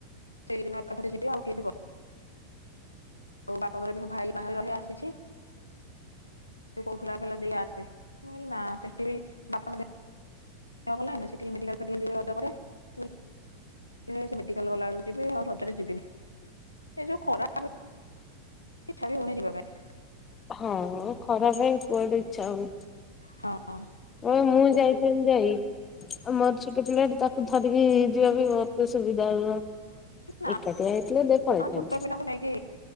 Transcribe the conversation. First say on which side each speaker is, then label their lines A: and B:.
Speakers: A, on the left (about 85°); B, on the left (about 25°).
A: ସେଇ ଦିନ କାଲି ଯିବି ଆଉ କିଏ ଥିବ, ଆଉ ବାପା ଘରେ ବି ମୁଁ ଭାଇ ବାହାଘରରେ ଆସିଛି, ସେ କହୁଥିଲା କହିଲା ଦେଇ ଆସେ ମୁଁ କହିଲି ନା ସେଠିକି ବାପାଙ୍କ ଦେ ଦେହ ଭଲ ଲାଗେନା ସେଠିକି ମେଡିକାଲ୍ ମେଡିକାଲ୍ <inaudible> ସେ-ସେ ମେଡିକାଲ୍ ଗଲା ବେଳକୁ ଯିବି ଆଉ ରଜରେ ଯିବିନି ଏ ଯୋଉ ଖରା, ଟିକେ ଇଚ୍ଛା ବି ହଉନି ଯିବାପାଇଁ,
B: ହଁ ମୁଁ ଖରା ପାଇଁ କୁଆଡ଼େ ଇଚ୍ଛା ହଉନି,
A: ହଁ ଅଁ,
B: ଅଁ ମୁଁ ଯାଇଥିଲି ଯାଇଁ, ଆଉ ମୋର ଛୋଟ ପିଲାଟି ତାକୁ ଧରିକି ଯିବା ବି ବହୁତ୍ ସୁବିଧା ହବ,
A: ନା
B: ଏକାଟିଆ ହେଇଥିଲେ ଦେ ପଳେଇ ଥାଆନ୍ତି।
A: ଛୋଟ ପିଲାଙ୍କୁ ନେଇକି